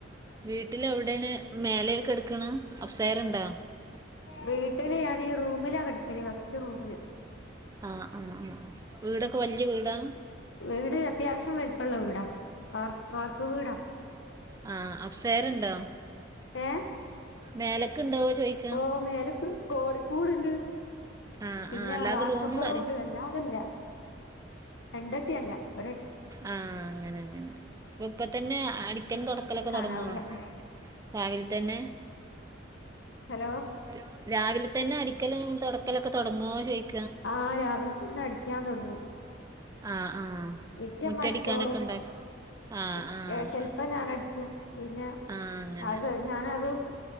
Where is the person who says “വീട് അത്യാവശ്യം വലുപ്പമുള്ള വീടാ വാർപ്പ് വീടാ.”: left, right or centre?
Left